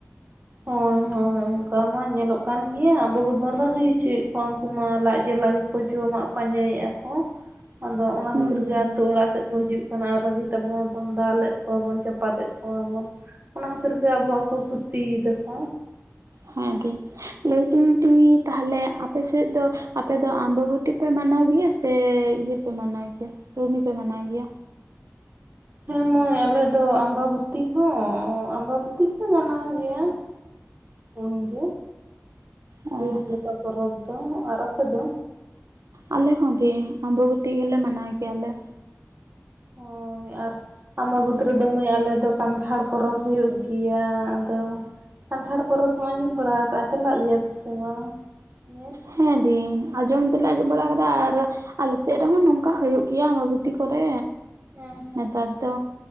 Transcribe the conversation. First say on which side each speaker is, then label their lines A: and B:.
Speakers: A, on the right; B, on the right.
A: ᱦᱳᱭ ᱦᱳᱭ ᱾ ᱚᱱᱠᱟ ᱢᱟ ᱧᱮᱞᱚᱜ ᱠᱟᱱ ᱜᱮᱭᱟ ᱾ ᱟᱵᱚ ᱜᱮᱵᱚᱱ ᱨᱟᱜᱤ ᱦᱚᱪᱚᱭᱮᱫ ᱠᱚᱣᱟ ᱩᱱᱠᱩ ᱢᱟ ᱞᱟᱡ ᱡᱟᱞᱟ ᱜᱮᱠᱚ ᱡᱚᱢᱟ ᱯᱟᱸᱡᱟᱹᱭᱮᱫᱼᱟ ᱠᱚ
B: <inaudible>
A: ᱟᱫᱚ ᱚᱱᱟ
B: ᱦᱩᱸ
A: ᱠᱷᱟᱹᱛᱤᱨ
B: ᱦᱩᱸ
A: ᱜᱮ ᱟᱛᱳ ᱚᱲᱟᱜ ᱥᱮᱫ ᱠᱚ ᱦᱤᱡᱩᱜ ᱼᱼ ᱠᱟᱱᱟ ᱟᱨ ᱨᱟᱜᱤ ᱟᱵᱚ ᱵᱚᱱ ᱫᱟᱞᱮᱫ ᱠᱚᱣᱟ ᱵᱚᱱ ᱪᱟᱯᱟᱫᱮᱫ ᱠᱚᱣᱟ ᱵᱚᱱ ᱾ ᱚᱱᱟ ᱠᱷᱟᱹᱛᱤᱨ ᱜᱮ ᱟᱵᱚᱣᱟᱜ ᱠᱚ ᱠᱷᱚᱛᱤ ᱫᱟᱠᱚ
B: ᱦᱮ ᱫᱤ ᱞᱟᱹᱭ ᱫᱤᱧ ᱫᱤ ᱛᱟᱦᱚᱞᱮ ᱟ ᱟᱯᱮᱥᱮᱫ ᱫᱚ ᱟᱯᱮ ᱫᱚ ᱟᱢᱵᱟᱵᱚᱛᱤ ᱯᱮ ᱢᱟᱱᱟᱣ ᱜᱮᱭᱟ ᱥᱮ ᱤᱭᱟᱹ ᱯᱮ ᱢᱟᱱᱟᱣ ᱜᱮᱭᱟ? ᱨᱩᱱᱦᱤ ᱯᱮ ᱢᱟᱱᱟᱣ ᱜᱮᱭᱟ?
A: ᱦᱮᱸ ᱢᱟᱹᱭ ᱟᱞᱮ ᱫᱚ ᱟᱢᱵᱟᱵᱚᱛᱤ ᱦᱚᱸ ᱟᱢᱵᱟᱵᱚᱛᱤ ᱫᱚᱞᱮ ᱢᱟᱱᱟᱣ ᱜᱮᱭᱟ ᱾ ᱩᱱ ᱜᱮ
B: ᱚ
A: ᱵᱮᱥ ᱞᱮᱠᱟ ᱯᱚᱨᱚᱵᱽ ᱫᱚ ᱟᱨ ᱟᱯᱮ ᱫᱚ
B: ᱟᱞᱮ ᱦᱚ ᱫᱤ ᱟᱢᱟᱵᱚᱛᱤ ᱜᱮᱞᱮ ᱢᱟᱱᱟᱣ ᱜᱮᱭᱟᱞᱮ
A: ᱦᱳᱭ ᱟᱨ ᱟᱢᱵᱟᱵᱚᱛᱤ
B: ᱚ
A: ᱨᱮᱫᱚ ᱢᱟᱹᱭ ᱟᱞᱮ ᱫᱚ ᱠᱟᱱᱴᱷᱟᱲ ᱯᱚᱨᱚᱵᱽ ᱦᱩᱭᱩᱜ ᱜᱮᱭᱟ, ᱟᱫᱚ ᱠᱟᱱᱴᱷᱟᱲ ᱯᱚᱨᱚᱵᱽ ᱦᱚ ᱟᱸᱡᱚᱢ ᱵᱟᱲᱟ ᱟᱠ ᱪᱟᱞᱟᱜ ᱜᱮᱭᱟ ᱯᱮᱥᱮ ᱵᱟᱝ ᱧᱮᱞ?
B: ᱦᱮ ᱫᱤ ᱟᱸᱡᱚᱢ ᱫᱚᱞᱮ ᱟᱸᱡᱚᱢ ᱵᱟᱲᱟ ᱟᱠᱟᱫᱟ ᱟᱨ ᱟᱞᱮᱥᱮᱫ ᱨᱮᱦᱚ ᱱᱚᱝᱠᱟ ᱦᱩᱭᱩᱜ ᱜᱮᱭᱟ ᱟᱵᱟᱵᱚᱛᱤ ᱠᱚᱨᱮ
A: ᱦᱮᱸ ᱦᱮᱸ
B: ᱱᱮᱛᱟᱨ ᱫᱚ